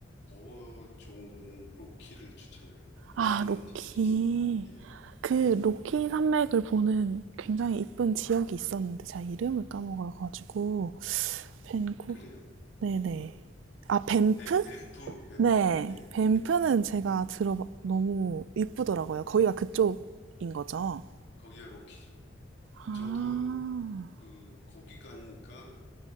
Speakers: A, on the left; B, on the right.
A: 더 좋은 거는 로키를 추천해요. 로키는
B: 아, 로키.
A: 진짜 좋습니다. 예.
B: 그 로키 산맥을 보는 굉장히 이쁜 지역이 있었는데 제가 이름을 까먹어가지고
A: 아,
B: 밴쿠
A: 그래요.
B: 네네
A: 그
B: 아 밴프?
A: 뱀, 뱀프, 뱀프.
B: 네.
A: 예,
B: 밴프는
A: 뱀프.
B: 제가 들어 너무 이쁘더라고요. 거기가 그쪽인 거죠?
A: 거기가 로키죠.
B: 아.
A: 저도 그 거기 가니까